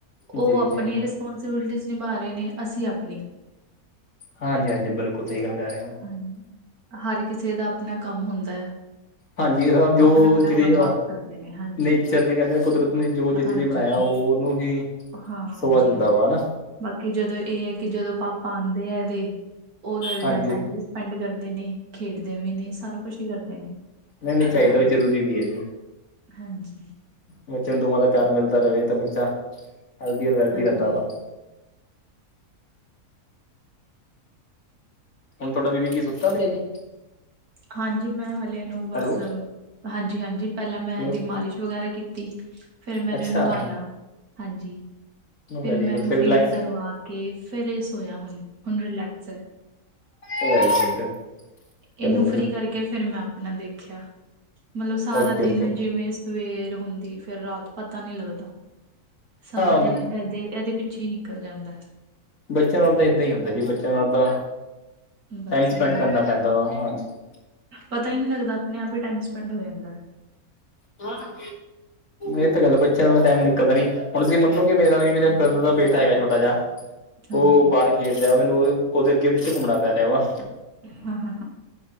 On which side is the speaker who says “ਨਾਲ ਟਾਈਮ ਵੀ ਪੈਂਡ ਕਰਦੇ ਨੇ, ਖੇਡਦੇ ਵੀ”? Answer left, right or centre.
Right